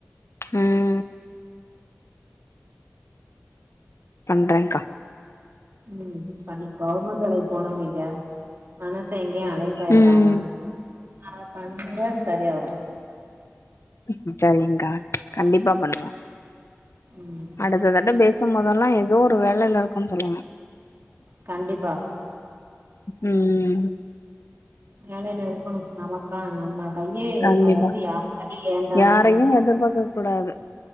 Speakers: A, on the left; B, on the right.
A: ம் பண்றங்கா
B: ம் பண்ணுங் கவர்மெண்ட் வேலைக்கு போனோ நீங்க மனஸ் ஸ எங்கயு அழைப்பய்
A: ம்
B: விடாம அத பண்ணுங்க சரிய வரு
A: ம் சரிங்கா கண்டிப்பா பண்ணுவோ
B: ம்
A: அடுத்ததட பேஸ் சும்போதல்லா ஏதோ ஒரு வேலையில இருக்கோன் சொல்லுங்க
B: கண்டிப்பா
A: ம்
B: வேலையில இருக்கணு நமக்கா நம்ம கையே
A: கண்டிப்பா
B: அதாவது யார் கைய ஏந்தாம
A: யாரையு எதிர்பாக்க கூடாது